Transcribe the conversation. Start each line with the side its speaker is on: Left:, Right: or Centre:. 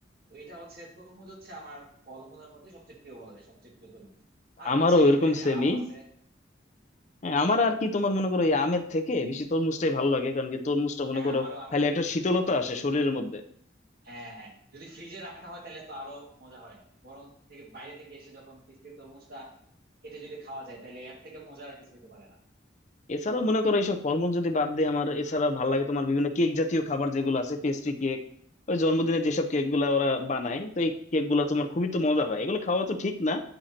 Right: তো এটা হচ্ছে তরমুজ হচ্ছে আমার ফলমূলের মধ্যে সবচেয়ে প্রিয় বলা যায় সবচেয়ে প্রিয় তরমুজ আর
Left: আমারও
Right: রাজশাহীতে
Left: এরকম
Right: যে
Left: সেমই
Right: আম আছে
Left: হ্যাঁ আমার আর কি তোমার মনে করো এই আমের থেকে বেশি তরমুজটাই ভালো লাগে কারণ কি তরমুজটা মনে
Right: হ্যাঁ
Left: করো
Right: আমারও আমের
Left: তাহলে
Right: থেকে
Left: একটা
Right: তরমুজটা
Left: শীতলতা
Right: ভালো
Left: আসে
Right: লাগে
Left: শরীরের মধ্যে
Right: হ্যাঁ হ্যাঁ যদি ফ্রিজে রাখা হয় তাহলে তো আরো মজা হয় গরম থেকে বাইরে থেকে এসে যখন ফ্রিজ তরমুজটা কেটে যদি খাওয়া যায় তাহলে এর থেকে মজার আর কিছু হতে পারে না
Left: এছাড়াও মনে করো এইসব ফলমূল যদি বাদ দিয়ে আমার এছাড়া ভালো লাগে তোমার বিভিন্ন কেক জাতীয় খাবার যেগুলো আছে পেস্ট্রি কেক ওই জন্মদিনে যেসব কেক গুলা ওরা বানায় তো এই কেক গুলা তোমার খুবই তো মজা হয় এগুলো খাওয়া তো ঠিক না